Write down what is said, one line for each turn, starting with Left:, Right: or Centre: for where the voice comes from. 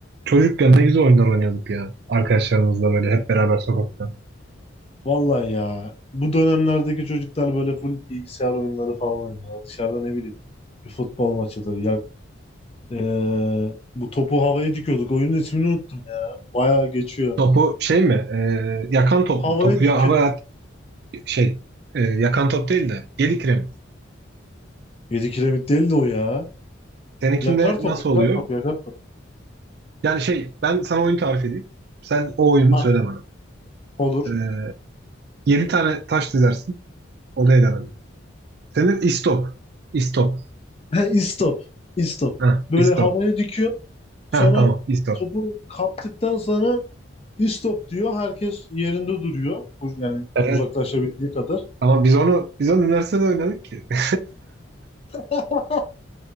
Right: Çocukken ne güzel oyunlar oynuyorduk ya. Arkadaşlarımızla böyle hep beraber sokakta.
Left: Vallahi ya bu dönemlerdeki çocuklar böyle full bilgisayar oyunları falan oynuyor. Dışarıda ne bileyim bir futbol maçıdır. Ya eee, bu topu havaya dikiyorduk. Oyunun ismini unuttum ya. Bayağı geçiyor.
Right: Topu şey mi? e, yakan top
Left: Havaya
Right: mu? Topu
Left: dikin.
Right: ya havaya at- şey e, yakan top değil de yedi kiremit.
Left: 7 kiremit değil de o ya.
Right: Seninkinde
Left: Yakar top,
Right: nasıl
Left: yakar
Right: oluyor?
Left: top, yakar top.
Right: Yani şey ben sana oyun tarif edeyim. Sen o oyunu
Left: Ha,
Right: söyle bana.
Left: olur.
Right: E, yedi tane taş dizersin. Odaya dönelim. Senin istop. İstop.
Left: He, istop. İstop.
Right: Ha,
Left: Böyle
Right: istop.
Left: havaya dikiyor. Sonra
Right: Ha tamam istop.
Left: topu kaptıktan sonra istop diyor. Herkes yerinde duruyor. Yani
Right: Evet.
Left: uzaklaşabildiği kadar.
Right: Ama biz onu biz onu üniversitede oynadık ki. <laughs>
Left: <laughs>